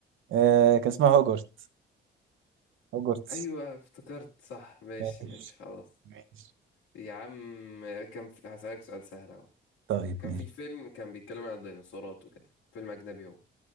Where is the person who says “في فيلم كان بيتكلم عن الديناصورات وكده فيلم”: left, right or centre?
Left